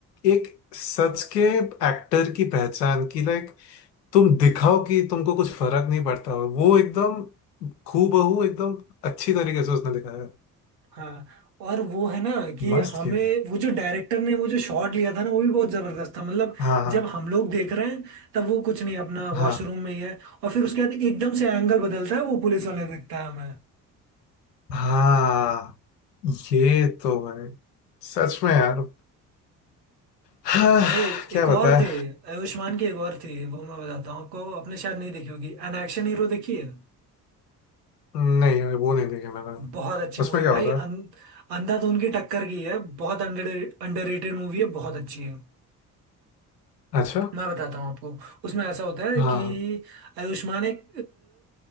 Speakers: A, on the left (about 75°); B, on the right (about 80°).
A: एक सच के एक्टर की पहचान की लाइक तुम दिखाओ कि तुमको कुछ फर्क नहीं पड़ता हो वो एकदम हूबहू एकदम अच्छी तरीके से उसने दिखाया है।
B: हाँ और वो है ना कि
A: मस्त
B: हमें
A: किया है।
B: वो जो डायरेक्टर ने वो जो शॉट लिया था ना वो भी बहुत जबरदस्त था मतलब
A: हाँ हाँ
B: जब हम लोग देख रहे हैं तब वो कुछ नहीं अपना
A: हाँ
B: वॉशरूम में ही है और फिर उसके बाद एकदम से एंगल बदलता है वो पुलिस वाला दिखता है हमें
A: हाँ ये तो भाई सच में यार हाँ
B: अरे
A: क्या
B: एक
A: बताएं
B: और थे आयुष्मान की एक और थी वो मैं बताता हूँ आपको आपने शायद नहीं देखी होगी एन एक्शन हीरो देखी है
A: नहीं यार वो नहीं देखे मैंने
B: बहुत अच्छी
A: उसमें
B: मूवी
A: क्या
B: भाई
A: होता
B: अं, अंधाधुन की टक्कर की है बहुत अंडर अंडररेटेड मूवी है बहुत अच्छी है
A: है अच्छा
B: मैं बताता हूँ आपको उसमें ऐसा होता है
A: हाँ
B: कि आयुष्मान एक